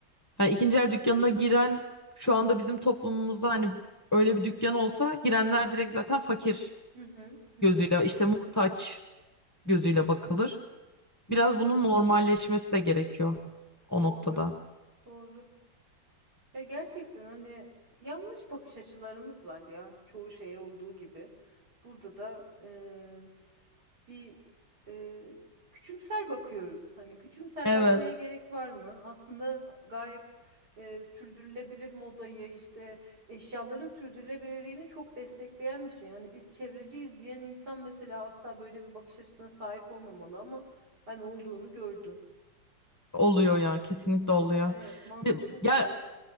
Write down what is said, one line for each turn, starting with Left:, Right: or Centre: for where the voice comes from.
Left: hani ikinci el dükkanına giren şu anda bizim toplumumuzda hani öyle bir dükkan olsa girenler direkt zaten fakir
Right: Hı hı. Hı
Left: gözüyle
Right: hı.
Left: işte muhtaç gözüyle bakılır. Biraz bunun normalleşmesi de gerekiyor o
Right: Doğru.
Left: noktada.
Right: Doğru. Ya gerçekten hani yanlış bakış açılarımız var ya çoğu şeye olduğu gibi. Burada da eee, bir eee, küçümser bakıyoruz. Hani küçümser
Left: Evet.
Right: bakmaya gerek var mı? Aslında gayet eee, sürdürülebilir modayı işte eşyaların sürdürülebilirliğini çok destekleyen bir şey. Hani biz çevreciyiz diyen insan mesela asla böyle bir bakış açısına sahip olmamalı ama ben olduğunu gördüm.
Left: Oluyor ya kesinlikle oluyor.
Right: Evet mantıklı
Left: Bir- Ya
Right: değil.